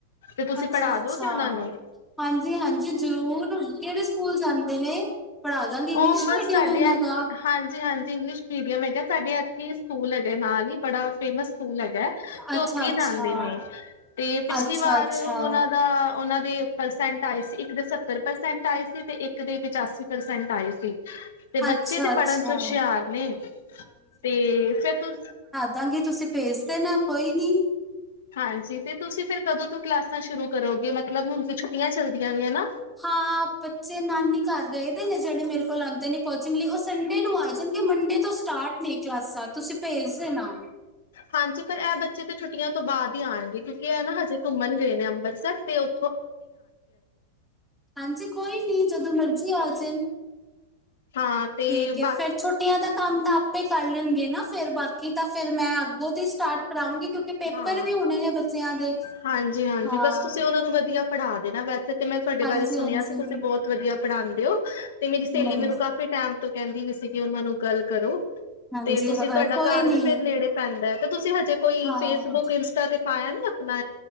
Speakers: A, on the left; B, in the centre.
A: ਤੇ ਤੁਸੀਂ
B: ਅੱਛਾ
A: ਪੜ੍ਹਾ
B: ਅੱਛਾ
A: ਦੋਗੇ ਉਹਨਾ ਨੂੰ।
B: ਹਾਂਜੀ ਹਾਂਜੀ ਜ਼ਰੂਰ ਕਿਹੜੇ ਸਕੂਲ ਜਾਂਦੇ ਨੇ? ਪੜ੍ਹਾ ਦਾਂ ਗੀ ਇੰਗਲਿਸ਼
A: ਉਹ ਬਸ
B: ਮੀਡੀਅਮ
A: ਸਾਡੇ
B: ਏ ਉਹਨਾਂ ਦਾ।
A: ਹਾਂਜੀ ਹਾਂਜੀ ਇੰਗਲਿਸ਼ ਮੀਡੀਅਮ ਹੈਗਾ ਸਾਡੇ ਐੱਥੇ ਹੀ ਸਕੂਲ ਹੈਗਾ ਨਾਲ ਹੀ ਬੜਾ। ਫੇਮਸ ਸਕੂਲ ਹੈਗਾ ਹੈ ਤੇ
B: ਅੱਛਾ
A: ਉੱਥੇ
B: ਅੱਛਾ
A: ਈ ਜਾਂਦੇ ਨੇ। ਤੇ ਪਿਛਲੀ
B: ਅੱਛਾ
A: ਵਾਰ
B: ਅੱਛਾ
A: ਉਹਨਾਂ ਦਾ ਉਹਨਾਂ ਦੇ। ਪਰਸੈਂਟ ਆਏ ਸੀ ਇੱਕ ਦੇ ਸੱਤਰ ਪ੍ਰਸੈਂਟ ਆਏ ਸੀ ਤੇ ਇੱਕ ਦੇ ਪਿਚਾਸੀ ਪ੍ਰਸੈਂਟ ਆਏ ਸੀ। ਤੇ
B: ਅੱਛਾ
A: ਬੱਚੇ ਤੇ
B: ਅੱਛਾ
A: ਪੜ੍ਹਨ ਚ ਹੁਸ਼ਿਆਰ ਨੇ ਤੇ ਫਿਰ ਤੁ।
B: ਦਾਂਗੇ ਤੁਸੀਂ ਭੇਜਦੇ ਨਾ ਕੋਈ ਨੀ।
A: ਹਾਂਜੀ ਤੇ ਤੁਸੀਂ ਫਿਰ ਕਦੋਂ ਤੋਂ ਕਲਾਸਾਂ ਸ਼ੁਰੂ ਕਰੋਗੇ ਮਤਲਬ ਹੁਣ ਤੇ ਛੁੱਟੀਆਂ ਚੱਲਦੀਆਂ ਵੀਆਂ ਨਾ।
B: ਹਾਂ ਬੱਚੇ ਨਾਨੀ ਘਰ ਗਏ ਦੇ ਨੇ ਜਿਹੜੇ ਮੇਰੇ ਕੋਲ ਆਂਦੇ ਨੇ ਕੋਚਿੰਗ ਲਈ ਉਹ ਸੰਡੇ ਨੂੰ ਆ ਜਾਣਗੇ ਮੰਡੇ ਤੋਂ ਸਟਾਰਟ ਨੇ ਕਲਾਸਾਂ ਤੁਸੀਂ ਭੇਜ ਦੇਣਾ।
A: ਹਾਂਜੀ ਪਰ ਐਹ ਬੱਚੇ ਤੇ ਛੁੱਟੀਆਂ ਤੋਂ ਬਾਅਦ ਹੀ ਆਣਗੇ ਕਿਉਂਕਿ ਐਹ ਨਾ ਹਜੇ ਘੁੰਮਣ ਗਏ ਨੇ ਅੰਮ੍ਰਿਤਸਰ ਤੇ ਉੱ
B: ਹਾਂਜੀ ਕੋਈ ਨੀ ਜਦੋਂ ਮਰਜੀ ਆ ਜਾਣ
A: ਹਾਂ ਤੇ
B: ਠੀਕ ਏ
A: ਬਾ
B: ਫੇਰ ਛੁੱਟੀਆਂ ਦਾ ਕੰਮ ਤਾਂ ਆ। ਪੇ ਈ ਕਰ ਲਣਗੇ ਨਾ ਫ਼ਿਰ ਬਾਕੀ ਤਾਂ ਫ਼ਿਰ ਮੈਂ ਅੱਗੋਂ ਦੀ ਸਟਾਰਟ ਕਰਾਉਂਗੀ ਕਿਉਂਕਿ। ਪੇਪਰ
A: ਹਾਂ
B: ਵੀ ਹੋਣੇ ਨੇ ਬੱਚਿਆਂ ਦੇ
A: ਹਾਂਜੀ ਹਾਂਜੀ
B: ਹਾਂ
A: ਬਸ ਤੁਸੀਂ ਉਹਨਾਂ ਨੂੰ ਵਧੀਆ। ਪੜ੍ਹਾ ਦੇਣਾ ਵੈਸੇ ਤੇ ਮੈਂ ਤੁਹਾਡੇ
B: ਹਾਂਜੀ
A: ਬਾਰੇ ਸੁਣਿਆ
B: ਹਾਂਜੀ
A: ਸੀ ਤੁਸੀਂ ਬਹੁਤ ਵਧੀਆ ਪੜ੍ਹਾਦੇ ਹੋ। ਤੇ ਮੇਰੀ ਸਹੇਲੀ
B: ਨਹੀਂ
A: ਮੈਨੂੰ ਕਾਫੀ ਟੈਮ ਤੋਂ ਕਹਿੰਦੀ ਵੀ ਸੀਗੀ ਉਹਨਾਂ ਨੂੰ ਗੱਲ ਕਰੋ
B: ਹਾਂਜੀ
A: ਤੇ ਤੁਸੀਂ
B: ਅ,
A: ਤੁਹਾਡਾ
B: ਕੋਈ
A: ਘਰ ਵੀ
B: ਨੀ
A: ਫ਼ਿਰ ਨੇੜੇ ਪੈਂਦਾ ਹੈ ਤੇ ਤੁਸੀਂ ਹਜੇ ਕੋਈ।
B: ਹਾਂ
A: ਫੇਸਬੁੱਕ ਇੰਸਟਾ ਤੇ ਪਾਇਆ ਨੀ ਆਪਣਾ